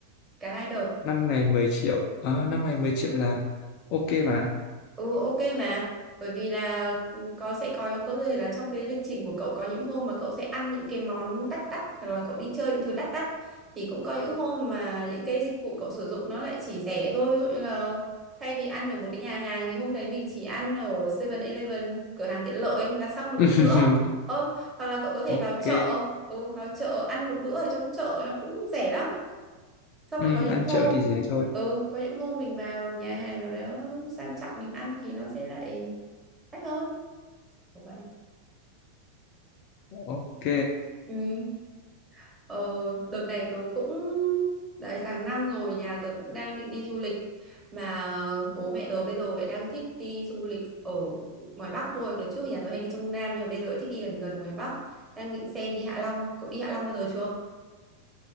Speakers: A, on the right (about 15°); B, on the left (about 40°).
A: cả hai đợt.
B: năm ngày mười triệu ờ năm ngày 10 triệu là ok mà
A: Ừ ok mà, bởi vì là ừ, có sẽ có có thể là trong cái lịch trình của cậu có những hôm mà cậu sẽ ăn những cái món đắt đắt hoặc là cậu đi chơi những thứ đắt đắt thì cũng có những hôm mà những cái dịch vụ cậu sử dụng nó lại chỉ rẻ thôi, ví dụ như là thay vì ăn ở một cái nhà hàng thì hôm đấy mình chỉ ăn ở 7-Eleven, cửa hàng tiện lợi là xong được
B: <laughs>
A: một bữa. Ờ, hoặc là cậu có thể
B: ok
A: vào chợ, ừ, vào chợ ăn một bữa ở trong chợ nó cũng rẻ lắm xong
B: ừ
A: lại có những
B: ăn
A: hôm
B: chợ thì rẻ thôi
A: ừ có những hôm mình vào nhà hàng nào đó sang trọng mình ăn thì nó sẽ lại đắt hơn kiểu vậy
B: ok
A: ừ ờ, đợt này tớ cũng đấy tháng năm rồi nhà tớ cũng đang định đi du lịch mà bố mẹ tớ bây giờ lại đang thích đi du lịch ở ngoài Bắc thôi đợt trước nhà tớ hay đi trong Nam nhưng mà bây giờ lại thích đi gần gần ngoài Bắc đang định xem đi Hạ Long cậu đi Hạ Long bao giờ chưa